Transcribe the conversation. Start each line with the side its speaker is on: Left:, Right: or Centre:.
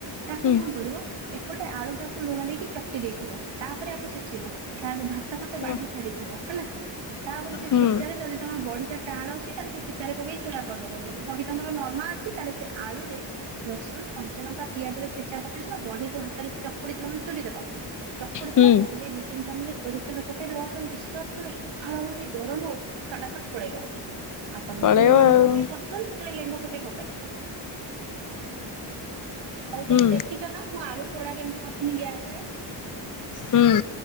Right: ତାକୁ
Left: ହୁଁ
Right: କଣ କରିବ ଏପଟେ ଆଳୁ ଟାକୁ ଲୁଣ ଦେଇକି ଚକଟି ଦେଇଥିବ ତାପରେ ଆକୁ ଛେଚିବ ତା ଭା ଭାତ ଫାତ
Left: ହୁଁ
Right: ବାଢି ସାରିଥିବ ହେଲା। ତାପରେ ସେ
Left: ହୁଁ
Right: ଛେଚାରେ ଯଦି ତମର ବଢିଟା ଟାଣ ଅଛି ତାହେଲେ ସେ ଛେଚାରେ ପକେଇି ଚୁରା କରିଦବ ଯଦି ବଢି ତମର ନର୍ମା ଅଛି ତାହେଲେ ସେ ଆଳୁରେ ରସୁଣ କଞ୍ଚ ଲଙ୍କା ପିଆଜର ଛେଚା ପକେଇଦଲ ବଢିକୁ ହାତରେ ଚକୁଡି ଦେଲ ମାନେ ଚୁରି ଦେଲ। ଚକୁଡି ଦେଲ
Left: ହୁଁ
Right: ଚକୁଡି ଦେଇ ଦି ତିନି ଚାମଚ ସୋରିଷ ତେଲ ପକେଇଦବ ତମେ ବିଶ୍ୱାସ କର ପଖାଳ ହଉ କି ଗରମ ହଉ ସଟା ସଟ୍ ପଳେଇବ। ଆଉ ତମେ
Left: ପଳେଇବ
Right: ଯଦି ଲେମ୍ବୁ
Left: ଆଉ
Right: କେ ପସନ୍ଦ ସେ <unintelligible> ଲେମ୍ବୁ ଠୋପେ ପକେଇଦବ। ଆଉ
Left: ହୁଁ
Right: ତମେ ଦେଖିଛ ନା ମୁଁ ଆଳୁ ପୋଡ଼ା କେମିତି କରିଥିଲି ଗ୍ୟାସରେ।
Left: ହୁଁ